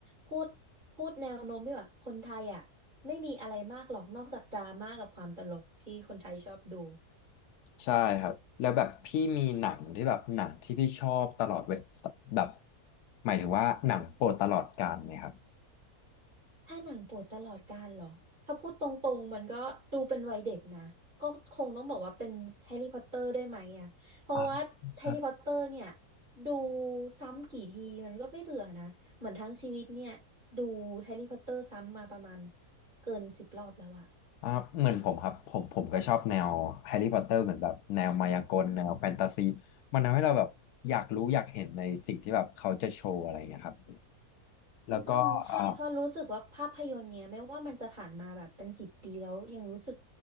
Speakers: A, on the right; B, on the left.
A: พูดพูดแนวโน้มที่แบบคนไทยอะไม่มีอะไรมากหรอกนอกจากดราม่ากับความตลกที่คนไทยชอบดู
B: ใช่ครับแล้วแบบพี่มีหนังที่แบบหนังที่พี่ชอบตลอดเวแบบหมายถึงว่าหนังโปรดตลอดกาลไหมครับ
A: ถ้าหนังโปรดตลอดกาลเหรอถ้าพูดตรงๆมันก็ดูเป็นวัยเด็กนะก็คงต้องบอกว่าเป็นแฮร์รี่พอตเตอร์ได้ไหมอ่ะเพราะว่าแฮร์รี่พอตเตอร์เนี่ย
B: อ่า
A: ดูซ้ำกี่ทีมันก็ไม่เบื่อนะเหมือนทั้งชีวิตเนี่ยดูแฮร์รี่พอตเตอร์ซ้ำมาประมาณเกินสิบรอบแล้วอะ
B: อ่าเหมือนผมครับผมผมก็ชอบแนวแฮร์รี่พอตเตอร์เหมือนแบบแนวมายากลแนวแฟนตาซีมันทำให้เราแบบอยากรู้อยากเห็นในสิ่งที่แบบเขาจะโชว์อะไรอย่างเงี้ยครับแล้วก็อ่า
A: อืมใช่เพราะรู้สึกว่าภาพยนตร์เนี่ยไม่ว่ามันจะผ่านมาแบบเป็นสิบปีแล้วยังรู้สึก